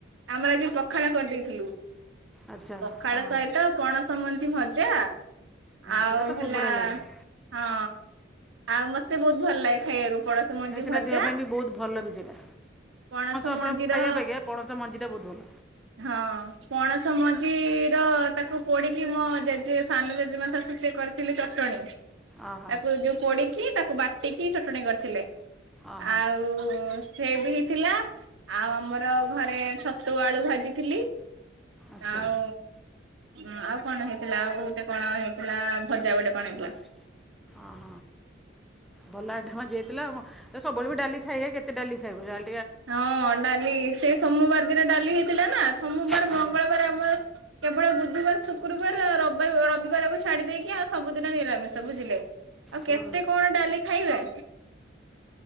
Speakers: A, on the right (about 80°); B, in the centre.
A: ଆମର ଆଜି ପଖାଳ କରିଦେଇଥିଲୁ
B: ଆଚ୍ଛା
A: ପଖାଳ
B: ହଁ
A: ସହିତ ପଣସମଞ୍ଜି ଭ ଜା ଆଉ
B: ସେଇଟା ତ ବହୁତ
A: ହେଲା
B: ବଢ଼ିଆ ଲାଗେ
A: ହଁ। ଆଉ ମତେ ବହୁତ ଭଲ ଲାଗେ ଖାଇବାକୁ ପଣସମଞ୍ଜି
B: ନା ସେଇଟା
A: ଭଜା
B: ଦେହ ପାଇଁ ବି ବହୁତ ଭଲ ବି ସେଇଟା
A: ପଣସ
B: ଆପଣ
A: ମଞ୍ଜି ର
B: ଖାଇବା ଅପେକ୍ଷା ପଣସ ମଞ୍ଜିଟା ବହୁତ ଭଲ
A: ହଁ ପଣସ ମ ଞ୍ଜିର ତାକୁ ପୋଡିକି ମୋ ଜେଜେ ସାନ ଜେଜେମା ଶାଶୁ ସିଏ କରିଥିଲି ଚଟଣି
B: ଅହ
A: ତାକୁ ଯୋଉ ପୋଡିକି ତାକୁ ବାଟିକି ଚଟଣି କରିଥିଲେ।
B: ଅହ
A: ଆଉ ସେ ବି ହେଇଥିଲା ଆଉ ଆମର ଘରେ ଛତୁ ଆଳୁ ଭାଜିଥିଲି
B: ଆଚ୍ଛା
A: ଆଉ ଉଁ ଆଉ କଣ ହେଇଥିଲା ଆଉଗୋଟେ କଣ ହେଇଥିଲା ଭଜା ଗୋଟେ କଣ ହେଏଥିଲା।
B: ଅହ ଭଲ ଆଇଟମ ଆଜି ହୋଇଥିଲା ସବୁବେଳେ ବି ଡାଲି ଖାଇ ଖାଇ କେତେ ଡାଲି ଖାଇବୁ ଡା
A: ହଁ ଡାଲି ସେ ସୋମବାର ଦିନ ଡାଲି ହେଇଥିଲା ନା ସୋମବାର
B: ହଁ
A: ମଙ୍ଗଳବାର ଆମର କେବଳ ବୁଧବାର ଶୁକ୍ରବାର ରବ ରବିବାରକୁ ଛାଡି ଦେଇେଇକି ଆଉ ସବୁଦିନ ନିରାମିଷ ବୁଝିଲେ। ଆଉ
B: ହୁଁ
A: କେତେ କଣ ଡାଲି ଖାଇବା।